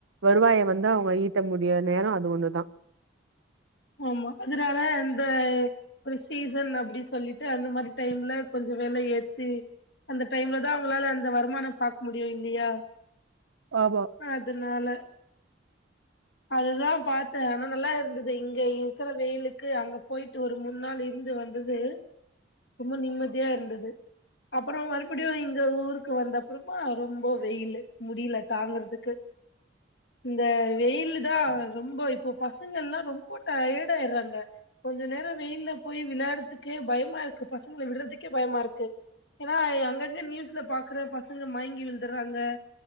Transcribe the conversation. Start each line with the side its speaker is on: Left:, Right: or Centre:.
Right: வருவாய வந்து அவங்க ஈட்ட முடியா நேரம் அது ஒன்னுதா
Left: ஆமா அதனால அந்த ஒரு சீசன் அப்டி சொல்லிட்டு அந்த மாரி டைம்ல கொஞ்சோ வெல ஏத்தி அந்த டைம்ல தா அவங்களால அந்த வருமான பாக்க முடியு இல்லியா
Right: ஆமா
Left: அதுனால அதுதா பாத்த ஆனா நல்லா இருந்துது இங்க இருக்குற வெயிலுக்கு அங்க போய்ட்டு ஒரு மூண் நாள் இருந்து வந்தது ரொம்ப நிம்மதியா இருந்தது அப்பறோ மறுபடியு இங்க ஊருக்கு வந்த அப்றமா ரொம்ப வெயிலு முடில தாங்குறதுக்கு
Right: <inaudible>
Left: இந்த வெயிலு தா ரொம்ப இப்போ பசங்கள்லா ரொம்ப டயர்ட் ஆய்ர்றாங்க கொஞ்சோ நேரோ வெயில்ல போயி விளாட்றதுக்கே பயமா இருக்கு பசங்கள விட்றதுக்கே பயமா இருக்கு ஏனா அங்கங்க நியூஸ்ல பாக்குற பசங்க மயங்கி விழுந்துர்றாங்க